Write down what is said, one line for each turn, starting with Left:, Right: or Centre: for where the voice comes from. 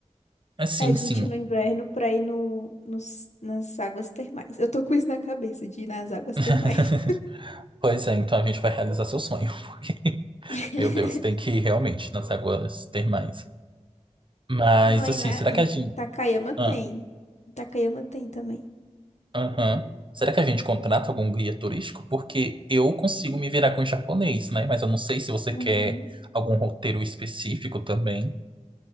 Right: é sim,
Left: A gente
Right: sim.
Left: no inverno pra ir no, nos, nas águas termais. Eu tô com isso na cabeça, de ir nas águas
Right: <laughs>
Left: termais.
Right: Pois é, então a gente vai realizar seu sonho. <laughs> Porque,
Left: <laughs>
Right: meu Deus, tem que ir realmente nas águas termais. Mas
Left: Sim, lá
Right: assim,
Left: em, Na-
Right: será
Left: em
Right: que a gente.
Left: Takayama tem.
Right: Ah,
Left: Takayama tem também.
Right: aham. Será que a gente contrata algum guia turístico? Porque eu consigo me virar com o japonês, né? Mas eu não sei se você
Left: Uhum.
Right: quer algum roteiro específico também.